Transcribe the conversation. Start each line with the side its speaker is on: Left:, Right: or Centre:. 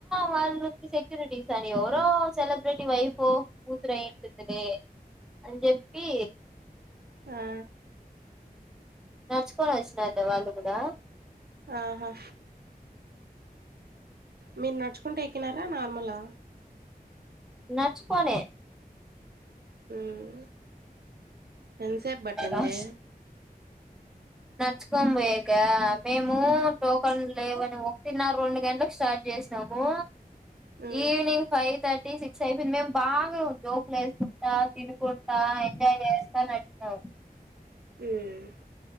Centre: వాళ్ళకి సక్యూరిటీస్ ఎవరో సెలబ్రిటీ వైఫో కూతురుయింటుందినలే అని చెప్పి
Right: ఆ
Centre: నడుచుకోనీ వచ్చినారు లే వాళ్ళు కూడా
Right: ఆహా మీరు నడుచుకుంట ఎక్కినారా నార్మలా
Centre: నడుచుకొని
Right: ఉమ్ ఎంతసేపు పట్టింది
Centre: అ నడుచుకోని పోయాక మేము టోకన్ లేవని ఒకటి నా రెండు గంటలకు స్టార్ట్ చే చేసాము
Right: ఉమ్
Centre: ఈవినింగ్ ఫైవ్ థర్టీ సిక్స్ అయిపోంది మేము బాగానే ఉంది జోకులు వేసుకుంటా తినుకుంటా ఎంజాయ్ చేస్తా నడిచినము
Right: ఉమ్